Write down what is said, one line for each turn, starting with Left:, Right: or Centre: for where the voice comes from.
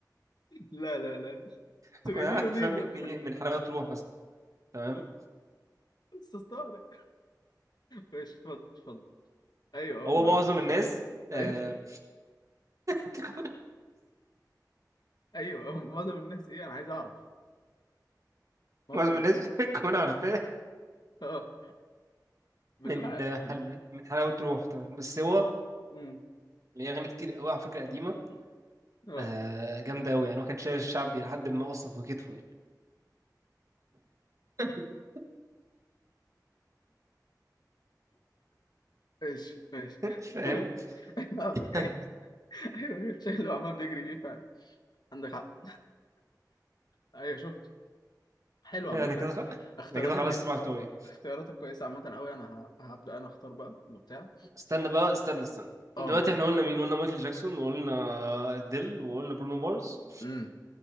Left: لا لا لا انتوا
Right: تكون
Left: جايبينه
Right: عارفه
Left: منين
Right: مني
Left: ده
Right: ايه من حلاوه روح مثلا تمام
Left: <laughs> استاذ طارق ماشي اتفضل اتفضل ايوه
Right: هو
Left: اه ما
Right: معظم الناس آه،
Left: ايوه
Right: <laughs>
Left: ايوه <laughs> معظم الناس ايه انا عايز اعرف معظم
Right: معظم
Left: ال-
Right: الناس بتكون عارفاه
Left: اه بالله
Right: من
Left: عليك
Right: آه، حل من من حلاوة روح طبعا بس هو
Left: امم
Right: ليه أغاني كتير قوي على فكرة قديمة
Left: أمم. اه
Right: آه، جامدة قوي يعني هو كان شايل الشعبي لحد ما أصلا في كتفه يعني <laughs>
Left: ماشي ماشي
Right: فاهم
Left: <laughs> فاهمك
Right: <laughs>
Left: ايوه ايوه الشيء اللي هو عمال بيجري بيه فعلا عندك حق ايوه شفت حلو عامة
Right: أنا كده خ...
Left: اختياراتك
Right: أنا كده خلاص
Left: دي
Right: السبعة بتوعي
Left: اختياراتك كويسة عامة قوي انا ه- هبدأ انا اختار بقى وبتاع
Right: استنى بقى استنى استنى
Left: اه
Right: دلوقتي احنا قلنا مين قلنا مايكل جاكسون وقلنا أديل وقلنا برونو مارس
Left: امم